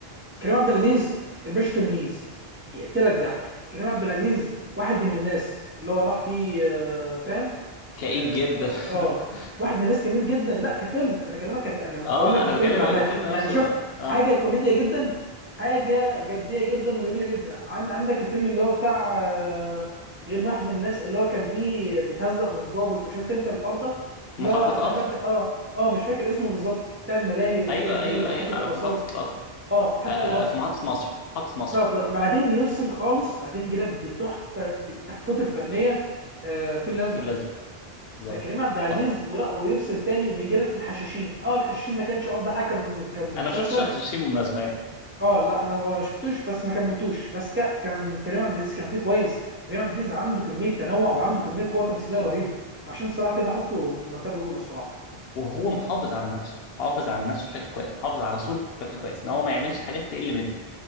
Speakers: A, on the right; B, on the left.
A: كريم عبد العزيز الباشا تلميذ يقتلك ضحك كريم عبد العزيز واحد من الناس اللي هو راح فيه آه، فاهم
B: كئيب
A: اه
B: جدا
A: آه،
B: <laughs>
A: واحد من الناس جميل جدا لا كفيلم انا بكلمك كف... انا
B: اه
A: بقول لك
B: انا
A: مختلف
B: بكلم
A: الاعمال
B: الفيلم نفسه
A: يعني شفت
B: اه
A: حاجه كوميديا جدا حاجه جديه جدا وجميله جدا عند... عندك الفيلم اللي هو بتاع آه، غير واحد من الناس اللي هو كان فيه بيتهزق من ضابط وشفت انت الحوار ده
B: في
A: اللي
B: محطة
A: هو ده
B: قطر
A: فرد اه اه مش فاكر اسمه بالظبط بتاع الملاهي والحاجات
B: ايوه
A: دي
B: ايوه
A: وحته
B: ايوه على
A: الاثار
B: في محطة القطر
A: اه محطه
B: آه
A: القطر
B: في محطة مصر محطة مصر
A: لا ب... بعدين يفصل خالص بعدين يجي لك بتحفه بتحفته الفنيه آه، في الازرق
B: الفيل الازرق بالظبط
A: فكريم عبد العزيز
B: تحفة
A: ولا ويفصل تاني ويجي لك في الحشاشين اه الحشاشين ما كانش افضل حاجه كم- كمسلسل
B: انا ما شفتش الحشاشين بالمناسبة يعني
A: اه لا انا ما شفتوش بس ما كملتوش بس ك- كان كريم عبد العزيز كان فيه كويس كريم عبد العزيز عنده كميه تنوع وعنده كميه قوه تمثيليه رهيبه عشان الصراحه كده احطه في المرتبه الاولى الصراحه
B: وهو محافظ على نفسه محافظ على نفسه بشكل كويس محافظ على صورته بشكل كويس ان هو ما يعملش حاجات تقل منه